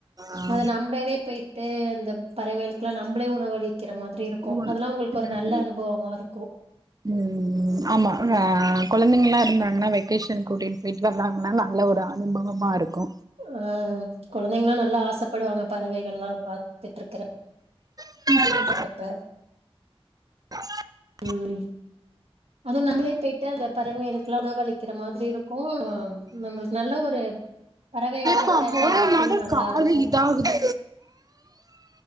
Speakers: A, on the right; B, on the right.
A: ஆ
B: அது நம்மளவே போயி ட்டு அந்த பறவைளுக்கெலா நம்மளே உணவளி க்கிற மாதிரி இருக்கு
A: ஒன்
B: அதெல்லா உங்ளுக்கு
A: ம்
B: ஒரு நல்ல அனுபவமா இருக்கு
A: ம் ஆமா ஆ கொழந்தங்கலா இருந்தாங்கனா வெக்கேஷன் கூட்டிட் போயிட்டு வந்தாகனா நல்ல ஒரு அனுபவமா இருக்கு
B: அ கொழந்தைங்கலா நல்லா ஆசைப்படுவாங்க பறவைகளல்லா பாத்துட்டு இருக்கற
A: <inaudible>
B: இப்ப
A: <inaudible>
B: ம் அதுவு நம்மள போயிட்டு பறவைகளுக்கல்லா உணவ அளிக்கிற மாதிரி இருக்கு நம்ளுக்கு நல்ல ஒரு பறவையோட
A: அ போதுபோது
B: அட்டாச் ஆகுற ஃபீல் நல்லா
A: காலு
B: இருக்கு
A: இதாகுது